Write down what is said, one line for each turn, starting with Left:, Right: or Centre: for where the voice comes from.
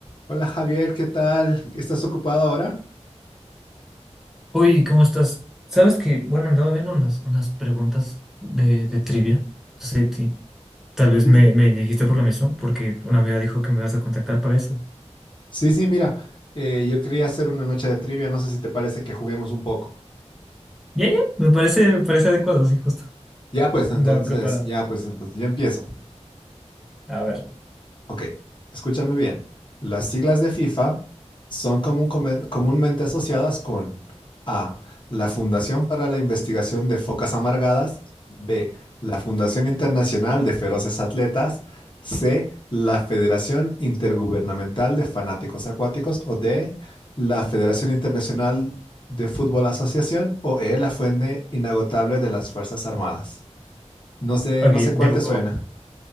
Left: Hola Javier, ¿qué tal? ¿Estás ocupado ahora?
Centre: Oye, ¿cómo estás? Sabes que, bueno, andaba viendo unas, unas preguntas de, de trivia. Sí, sí. Tal vez
Left: Sí,
Centre: me, me dijiste por lo mismo, porque una amiga dijo que me vas a contactar para eso.
Left: Sí, sí, mira, eh, yo quería hacer una noche de trivia, no sé si te parece que juguemos un poco.
Centre: Ya, ya, me parece, me parece adecuado, sí, justo.
Left: Ya pues entonces,
Centre: Andaba preparando.
Left: ya pues entonces, yo empiezo.
Centre: A ver.
Left: Ok, escúchame bien. Las siglas de FIFA son común- comen- comúnmente asociadas con A. La Fundación para la Investigación de Focas Amargadas. B. La Fundación Internacional de Feroces Atletas. C. La Federación Intergubernamental de Fanáticos Acuáticos. O D. La Federación Internacional de Fútbol Asociación. O E. La Fuente Inagotable de las Fuerzas Armadas. No sé,
Centre: Ok,
Left: no sé cuál
Centre: debo,
Left: te suena.